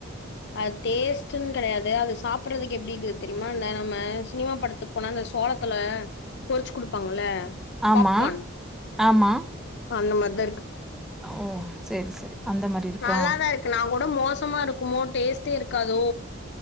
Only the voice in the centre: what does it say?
ஆமா
ஆமா
ஓ சேரி சேரி அந்த மாரி இருக்கா